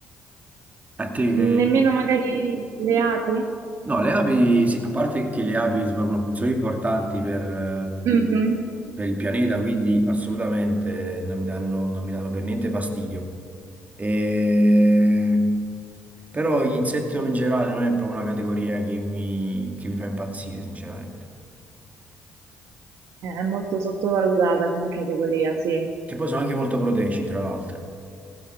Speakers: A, on the right; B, on the right.
A: A te che...
B: Nemmeno magari le api?
A: No, le api, sì, a parte che le api svolgono funzioni importanti per, eh,
B: Mhm.
A: per il pianeta, quindi assolutamente non mi danno, non mi danno per niente fastidio. E... Però gli insetti in generale non è proprio una categoria che mi, che mi fa impazzire, sinceramente.
B: È molto sottovalutata come categoria, sì.
A: Che poi sono anche molto proteici, tra l'altro.